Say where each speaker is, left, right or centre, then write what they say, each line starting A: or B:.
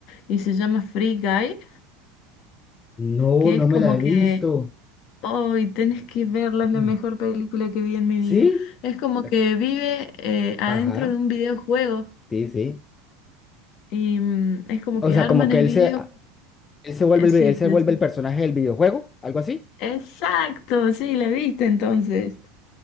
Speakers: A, on the left; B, on the left.
A: y se llama Free Guy,
B: No,
A: que
B: no
A: es como
B: me la he
A: que,
B: visto.
A: hoy tenés que verla, es la
B: Mm.
A: mejor película que vi en mi
B: ¿Sí?
A: vida. Es como
B: Eh,
A: que vive eh, adentro
B: Ajá,
A: de un videojuego
B: sí, sí.
A: y mm, es como
B: O
A: que
B: sea,
A: arman
B: como que
A: el
B: él
A: video.
B: se, a- él se vuelve
A: eh,
B: el,
A: sí,
B: vi- él se
A: de-
B: vuelve
A: sí.
B: el personaje del videojuego, algo así.
A: exacto, sí, la viste entonces.